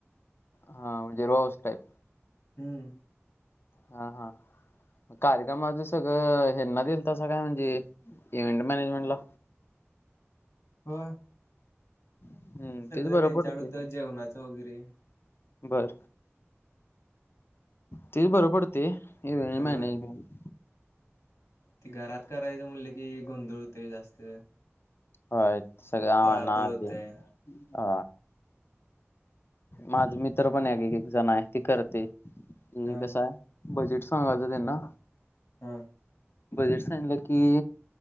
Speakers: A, on the left; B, on the left.
A: हा म्हणजे रो -हाऊस टाईप.
B: हम्म.
A: हा हा. म कार्यक्रमाच सगळं हेन्ना दोलतासा काय म्हणजे इव्हेंट मॅनेजमेंट ला?
B: होय.
A: हम्म,
B: सगळं
A: तेच बरं
B: त्यांच्याकड
A: पडते
B: होत जेवणाचं वगैरे
A: बर ते बी बरं पडतय इव
B: होय
A: मॅनेंजमेंट
B: ती घरात करायचं म्हटलं की गोंधळ होतोय जास्त
A: होय सगळ आणा
B: पळापळ होतय
A: तेन आ माझ मित्र पण एक एक जण आहे ते करते हम्म
B: हा
A: कसा हाय बजेट सांगायचं त्यांना
B: हा
A: बजेट सांगीतलं की